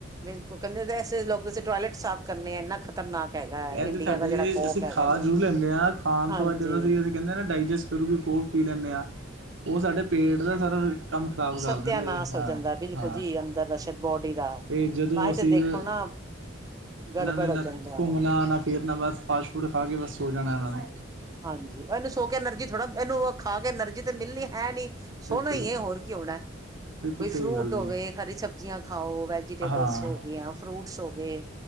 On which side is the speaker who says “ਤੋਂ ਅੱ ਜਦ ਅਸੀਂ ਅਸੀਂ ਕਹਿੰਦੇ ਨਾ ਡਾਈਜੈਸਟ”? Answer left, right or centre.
Right